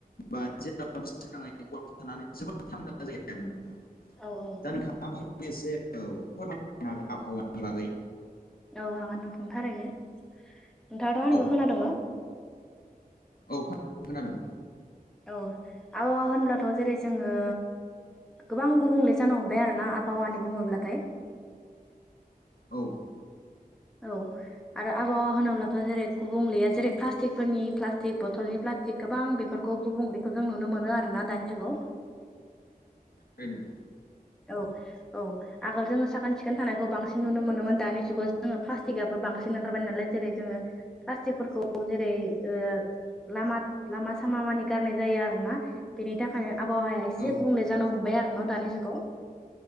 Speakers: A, on the left; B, in the centre.
A: बा जेब्ला सोराङै गफोर थानानै जोबोद थांदां जायो आरो नोंथां।
B: औ औ।
A: दा नोंथाङा बुं एसे औ फोरमायनो हागोन आबहावानि बागै।
B: औ हागोन नोंथां थारैनो नोंथाङाथ' आंनिखौ
A: औ
B: खोनादों न'?
A: औ खो खोनादों।
B: औ आबहावा होनब्लाथ' जेरै जोङो गोबां गुबुंले जानो हमबाय आरो ना आबहावानि बुङोब्लाथाय
A: औ।
B: औ आरो आबहावा होनोब्लाथ' जेरै गुबुंलेया जेरै प्लास्टिकफोरनि प्लास्टिक बथलनि प्ला स्टिक गोबां बेफोरखौ गुबुंगलेखौ जों नुनो मोनो आरो ना दानि जुगाव
A: बेनो
B: औ औ। आगोल जोङो साखोन सिखोन थानायखौ बांसिन नुनो मोनोमोन दानि जुगाव जोङो प्लास्टिकआबो बांसिन ओंखारबाय नालाय जेरै जोङो प्लास्टिकफोरखौ जेरै ओ लामा लामा सामा मानि गारनाय जायो आरोना बेनि थाखायनो‌ आबहावाया एसे
A: औ
B: गुबुंले जानो हमबाय आरो न' दानि जुगाव